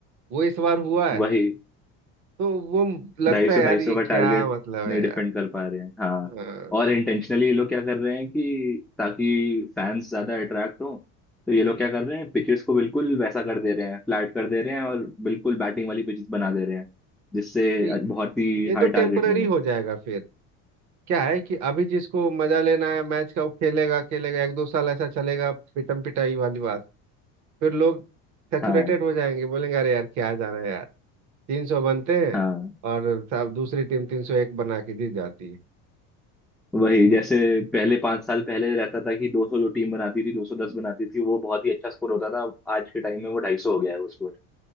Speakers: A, on the right; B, in the centre.
A: वो इस बार हुआ है
B: वही
A: तो वो लगता
B: ढाई सौ
A: है यार
B: ढाई
A: ये
B: सौ
A: क्या
B: का टारगेट
A: मतलब
B: नहीं
A: है
B: डिफेंड
A: यार
B: कर पा रहे हैं हाँ
A: हाँ
B: और इंटेंशनली ये लोग क्या कर रहे हैं कि ताकि फैंस ज्यादा अट्रैक्ट हो तो ये लोग क्या कर रहे हैं पिचेस को बिल्कुल वैसा कर दे रहे हैं फ्लैट कर दे रहे हैं और बिल्कुल बैटिंग वाली पिचेस बना दे रहे हैं जिससे
A: तो
B: बहुत ही
A: ये तो
B: हाई
A: टेम्पररी
B: टारगेट्स बने
A: हो जाएगा फिर क्या है कि अभी जिसको मजा लेना है मैच का वो खेलेगा खेलेगा एक दो साल ऐसा चलेगा पिटम पिटाई वाली बात फिर लोग सेचुरेटेड
B: हाँ
A: हो जाएंगे बोलेंगे अरे यार क्या जाना है यार तीन सौ बनते हैं
B: हाँ
A: और सब दूसरी टीम तीन सौ एक बना के जीत जाती है
B: वही जैसे पहले पांच साल पहले रहता था कि 200 जो टीम बनाती थी 210 बनाती थी वो बहुत ही अच्छा स्कोर होता था आज के टाइम में वो 250 हो गया है वो स्कोर